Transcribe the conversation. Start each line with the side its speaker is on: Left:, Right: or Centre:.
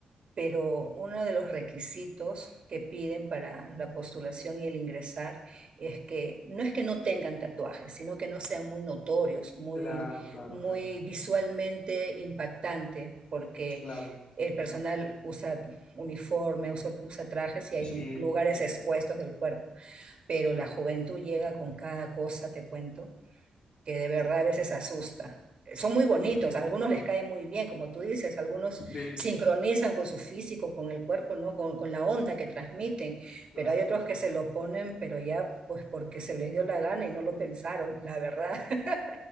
Right: pero uno de los requisitos que piden para la postulación y el ingresar es que no es que no tengan tatuajes, sino que no sean muy notorios, muy,
Left: claro, claro,
Right: muy
Left: claro,
Right: visualmente impactante, porque
Left: claro.
Right: el personal usa uniforme, usa, usa trajes y hay
Left: Sí,
Right: lugares
Left: sí, sí, entiendo,
Right: expuestos del cuerpo, pero
Left: claro.
Right: la juventud llega con cada cosa, te cuento que de verdad
Left: <laughs>
Right: a veces asusta. Son muy bonitos,
Left: Sí,
Right: a algunos les cae muy bien, como tú dices, algunos
Left: sí, sí,
Right: sincronizan
Left: sí,
Right: con su físico, con el cuerpo, ¿no? Con, con la onda que transmiten,
Left: claro,
Right: pero hay otros
Left: claro.
Right: que se lo ponen, pero ya pues porque se les dio la gana y no lo pensaron, la verdad. <laughs>